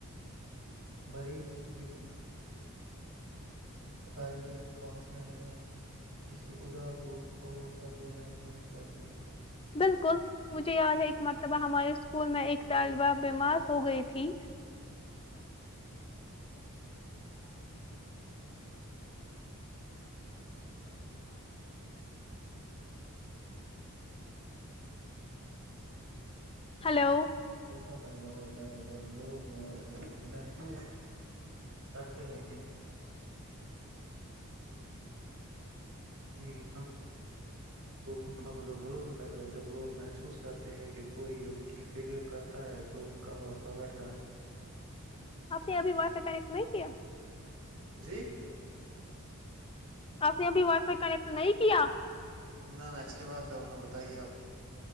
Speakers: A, on the right (about 85°); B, on the left (about 25°).
A: مریض کی خاریت پہنچنا یا کسی اداس دوست کو حوصلہ دینا بھی ہمدردی ہے
B: بالکل مجھے یاد ہے ایک مرتبہ ہمارے اسکول میں ایک طالبہ تھی ہلو
A: ا پیدا ہوتا ہے جب لوگ محسوس کرتے ہیں کہ ہم لوگوں کی مبد اور بھروسہ پیدا ہو جب لوگ محسوس کرتے ہیں کہ کوئی ان کی فکر کرتا ہے تو ان کا حوصلہ بڑھتا ہے
B: آپ نے ابھی وائ پ کنیکٹ نہیں کیا
A: جی
B: آپ نے ابھی وائی فائی کنیکٹ نہیں کیا
A: نہ نہ اس کے بعد کروں گا بتائیے اپ